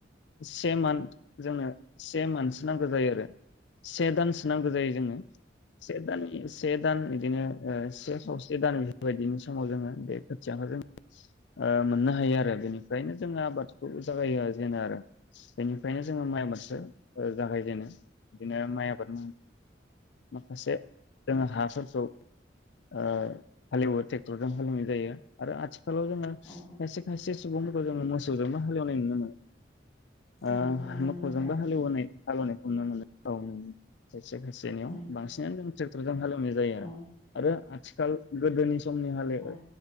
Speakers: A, on the left; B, in the centre.
A: से मान्थ जोंनो से मान्थसो नांगौ जायो आरो से दानसो नांगौ जायो जोनो। से दाननि एसे दान बिदिनो ओ से खावसे से दान बेफोरबायदिनि समाव जोङो बे खोथियाखौ जोंङो ओ मोननो हायो आरो बेनिफ्रायनो जोङो आबादखौ जागायो खरो जोङो आरो बेनिफ्रायनो जोङो माइ मोस्रो ओ जागायजेनो। बिदिनो माइ आबाद उम माखासे जोङो हासोरखौ ओ हालेवो ट्रेक्टरजों हालेवनाय जायो आरो आथिखा खालाव जोङो
B: औ
A: खायसे खायसे सुबुंफोरखौ जोङो मोसौजोंबो हालौनाय नुनो मोनो।
B: नुनो
A: ओ मोसौजोंबो
B: मोनो दानो
A: हालेवो होननाय हालौनायखौ नुनो मोनो औ नुनो मोनो। सायसे खेसेनियाव
B: ओं
A: बांसिनानो दोंङो। ट्रेक्टरजों हालौ- - जायो
B: औ
A: आरो आरो आथि ओ गोदोनि समनि हाल एवो
B: औ